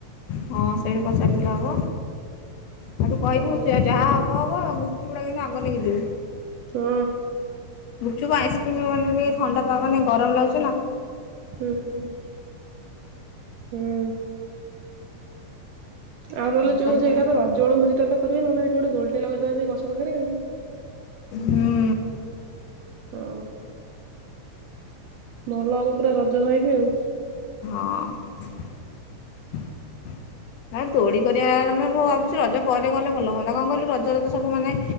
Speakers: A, on the left; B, on the right.
A: ହଁ ସେଇଠୁ ପଚାରିଲେ ଦେଲେ ହବ ତାକୁ କହିବୁ
B: ହଁ
A: ଯେ ଯାହା ହବ ହବ ଗୁପ୍ ଚୁପ୍ ଟା କିନ୍ତୁ ଆଗ ନେଇକି ଯିବୁ।
B: ହଁ
A: ଗୁପ୍ ଚୁପ୍ ଆଇସ୍କ୍ରିମ ମାନେ ଟିକେ ଥଣ୍ଡା ମାନେ ଗରମ ଲାଗୁଛି ନାଁ।
B: ହୁଁ ହୁଁ। ହୁଁ। ଆଉ ନହେଲେ
A: ଏମିତି
B: ଯୋଉଁ
A: ସବୁ
B: ଚେହେରା
A: କରିବା।
B: ତୋର ଜୋଳ ଭୋଜିଟା ତ କରିବା ନହେଲେ ଏଠେ ଗୋଟେ ଦୋଳିଟେ ଲଗେଇଦବା ସେଇ ଗଛ ପାଖରେ ଆଉ।
A: ହୁ।
B: ହଁ ଭଲ ହବ ପୁରା ରଜ ଭାଇବ ଆଉ।
A: ହଁ। <inaudible> ଆ ଦୋଳି କରିବା ଆମେ ଭାବୁଛୁ ରଜ ପରେ ଗଲେ ଭଲ ହୁଅନ୍ତା କଣ କହିଲୁ ରଜରେ ତ ସବୁ ମାନେ